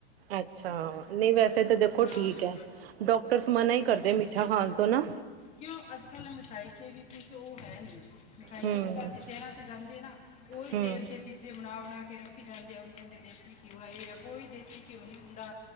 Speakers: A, on the right; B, on the left.
A: ਅੱਛਾ ਨਹੀਂ ਵੈਸੇ ਤਾਂ ਦੇਖੋ
B: ਹਾਂ
A: ਠੀਕ ਹੈ ਡਾਕਟਰਸ ਮਨਾ ਹੀ
B: ਹਾਂ
A: ਕਰਦੇ ਮਿੱਠਾ ਖਾਂ ਤੋਂ ਨਾ
B: ਕਿਉਂ ਅੱਜ ਕੱਲ ਮਿਠਾਈ ਚ ਵੀ ਕੁਛ ਉਹ ਹੈ ਨੀ ਮਿਠਾਈ
A: ਹੂੰ
B: ਤੇ ਪਤਾ ਅ ਸੀ ਸ਼ਹਿਰਾਂ 'ਚ ਜਾਂਦੇ ਨਾ ਉਹਹੀ
A: ਹੂੰ
B: ਤੇਲ ' ਚੀਜ਼ੇ ਬਣਾ- ਬਣਾ ਫਿਰ ਜਾਂਦੇ ਆ ਉਹਨੂੰ ਕਹਿੰਦੇ ਦੇਸੀ ਘਿਓ ਇਹ ਆ ਕੋਈ ਦੇਸੀ ਘਿਓ ਨੀ ਹੁੰਦਾ